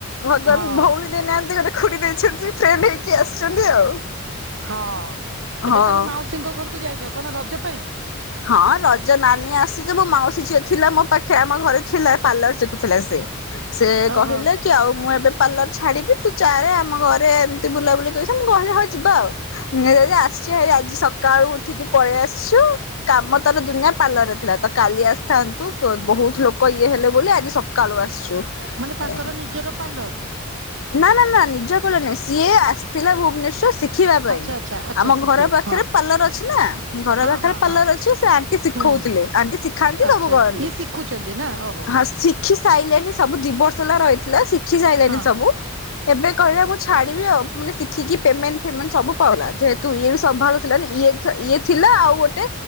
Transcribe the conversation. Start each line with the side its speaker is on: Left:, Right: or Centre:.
Left: ଭଗବାନ
Right: ହଁ
Left: ଭଉଣୀ ଦେ ଦେଇନାହାନ୍ତି ଗୋଟେ ଖୁଡ଼ି ଦେଇଛନ୍ତି ଫ୍ରେଣ୍ଡ ହେଇକି ଆସିଛନ୍ତି ଆଉ।
Right: ହଁ ଏବେ
Left: ହଁ।
Right: ତାହେଲେ ମାଉସୀଙ୍କ ଘରକୁ ଯାଇଛ କଣ ରଜ ପାଇଁ?
Left: ହଁ ରଜ ନାନୀ ଆସିଛି ମୋ ମାଉସୀ ଝିଅ ଥିଲା ମୋ ପାଖେ ଆମ ଘରେ ଥିଲା ପାର୍ଲର ଶିଖୁଥିଲା ସେ। ସେ
Right: ଓହୋ
Left: କହିଲେ କି ଆଉ ମୁଁ ଏବେ ପାର୍ଲର ଛାଡିବି ତୁ ଚାଲେ ଆମ ଘରେ ଏମତି ବୁଲାବୁଲି କରି ତ ମୁଁ କହିଲି ହଁ ଯିବା ଆଉ ଯଦି ଆସିଛି ହେଇ ଆଜି ସକାଳୁ ଉଠିକି ପଳେଇ ଆସିଛୁ। କାମ ତାର ଦୁନିଆ ପାର୍ଲରରେ ଥିଲା ତ କାଲି ଆସିଥାନ୍ତୁ ବହୁତ ଲୋକ ଇଏ ହେଲେ ବୋଲି ଆଜି ସକ୍ କାଳୁ ଆସିଛୁ
Right: ମାନେ ତାଙ୍କର
Left: ଏ
Right: ନିଜର ପାର୍ଲର
Left: ନା ନା ନା ନିଜ ପାର୍ଲର ନାଇଁ ସିଏ ଆସ୍ ଥିଲା ଭୁବନେଶ୍ଵର ଶିଖିବା ପାଇଁ
Right: ଆଚ୍ଛା ଆଚ୍ଛା ଆଚ୍ଛା
Left: ଆମ
Right: ଶିଖିବାକୁ
Left: ଘର ପାଖରେ
Right: ହଁ।
Left: ପାର୍ଲର ଅଛି ନା ଘର
Right: ହଁ
Left: ପାଖରେ
Right: ହଁ
Left: ପାର୍ଲର
Right: ହଁ
Left: ଅଛି ସେ ଆଣ୍ଟି ଶିଖଉଥିଲେ
Right: ହୁଁ
Left: ଆଣ୍ଟି ଶିଖାନ୍ତି
Right: ଆଚ୍ଛା
Left: ସବୁ କରନ୍ତି।
Right: ଇଏ ଶିଖୁଛନ୍ତି ନା ଓହୋ।
Left: ହଁ ଶିଖି ସାଇଲାଣି ସବୁ ଦି ବର୍ଷ ହେଲା ରହିଥିଲା ଶିଖି ସାଇଲାଣି
Right: ହଁ
Left: ସବୁ। ଏବେ କହିଲା ମୁଁ ଛାଡିବି ଆଉ ମାନେ ଶିଖିକି ପେମେଣ୍ଟ ଫେମେଣ୍ଟ ସବୁ ପଲା ଯେହେତୁ ତୁ ଇଏ ବି ସମ୍ଭାଳୁ ଥିଲା ନା ଇଏତ୍ ଇଏ ଥିଲା ଆଉ ଗୋଟେ